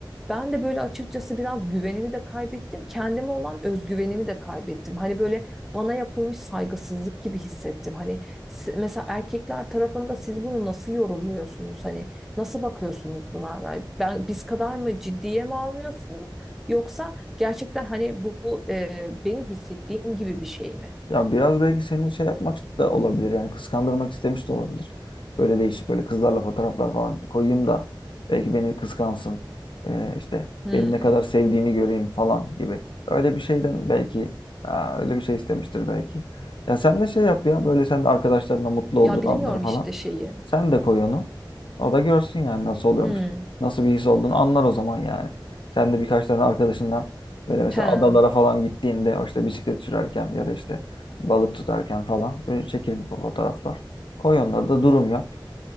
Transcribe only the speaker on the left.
Ya biraz belki senin şey yapmak da olabilir yani kıskandırmak istemiş de olabilir. Böyle değişik böyle kızlarla fotoğraflar falan koyayım da belki beni kıskansın. Ee, işte
beni ne kadar sevdiğini göreyim falan gibi. Öyle bir şeyden belki aa, öyle bir şey istemiştir belki. Ya sen de şey yap ya böyle sen de arkadaşlarına mutlu olduğun
anları falan.
Sen de koy onu. O da görsün yani nasıl oluyormuş.
Nasıl bir his olduğunu anlar o zaman yani. Sen de birkaç tane arkadaşınla böyle mesela
adalara falan gittiğinde o işte bisiklet sürerken ya da işte balık tutarken falan böyle çekin fotoğraflar. Koy onları da durum yap.